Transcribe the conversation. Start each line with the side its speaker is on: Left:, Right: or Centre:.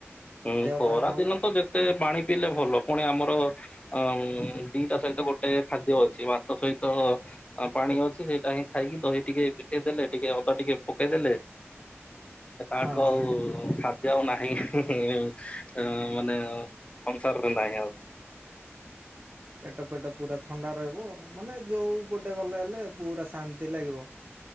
Left: ହୁଁ
Right: ଦେହ
Left: ଖରା
Right: ପାଇଁ ଭଲ
Left: ଦିନ ତ ଯେତେ ପାଣି ପିଇଲେ ଭଲ ପୁଣି ଆମର ଅ ଦିଟା ସହିତ ଗୋଟେ ଖାଦ୍ୟ ଅଛି ମାଛ ସହିତ ପାଣି ଅଛି ସେଇଟା ହିଁ ଖାଇ ଦହି ଟିକେ ମିଶେଇ ଦେଲେ ଟିକେ ଅଦା ଟିକେ ପକେଇ ଦେଲେ ତାଠୁ
Right: ହଁ
Left: ଆଉ ଖାଦ୍ୟ ଆଉ ନାହିଁ ହିଁ-ହିଁ-ମାନେ ସଂସାରରେ ନାହିଁ ଆଉ।
Right: ପେଟ ପେଟ ପୁରା ଥଣ୍ଡା ରହିବ ମାନେ ଯୋଉ ପଟେ ଗଲେ ହେଲେ ପୁରା ଶାନ୍ତି ଲାଗିବ।